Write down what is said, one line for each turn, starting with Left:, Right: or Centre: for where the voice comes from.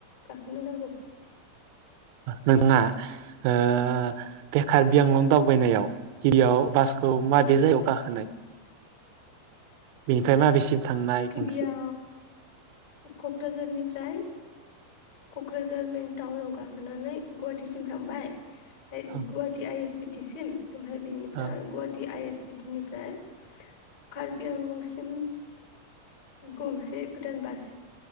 Left: गाखोनो नांगौ।
Right: नोंथाङा ओ बे खारबिआंलं दावबायनायाव गिबियाव बास खौ माबे
Left: औ
Right: जायगायाव गाखोनाय? बेनिफ्राय माबेसिम थांनाय
Left: गिबिया
Right: गंसे
Left: क'क्राझारनिफ्राय। क'क्राझार मेन टाउनाव गाखोनानै गुवाहाटीसिम थांबाय गुवाहाट
Right: औ
Left: आइ एस बि टि सिम ओमफाय बेनिफ्राय
Right: औ
Left: Guwahati I S B T निफ्राय कार्बि आंलंसिम गंसे गोदान बास